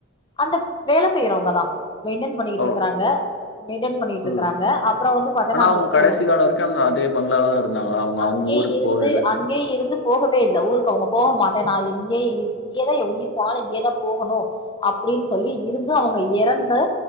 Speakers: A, on the left; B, on the left.
A: அந்த வேல செய்றவங்க தா மெயின்டன் பண்ணிக்கிட்டு
B: ஓ
A: இருக்குறாங்க மெயின்டன் பண்ணிட்டு இருக்கறாங்க
B: ம்.
A: அப்றோ வந்து பாத்தனா
B: ஆனா
A: அந்த
B: அவங்க
A: ஸ்கூல
B: கடைசி காலம் வரைக்கும் அந்த அதே பங்களால தான் இருந்தாங்களா? அவங்க
A: அங்கே
B: அவங்க ஊருக்கு
A: இருந்து
B: போவே இல்ல.
A: அங்கே இருந்து போகவே இல்ல ஊருக்கு அவங்க போக மாட்ட நா இங்கேய இங்கேயே தா எ உயிர் போனாலு இங்கயே தா போகணு அப்டின் சொல்லி இருந்து அவங்க எறந்து